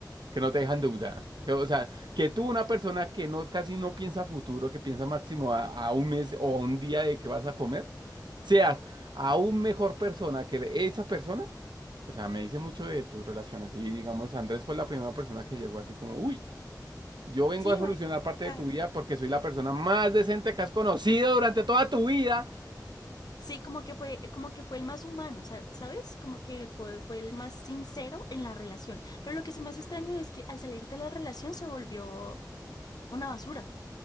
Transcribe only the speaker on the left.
Sí,
marica,
o sea,
sí, como que fue, como que fue el más humano, sa- ¿sabes? Como que él fue, fue el más sincero en la relación. Pero lo que se me hace extraño es que al salir de la relación se volvió una basura.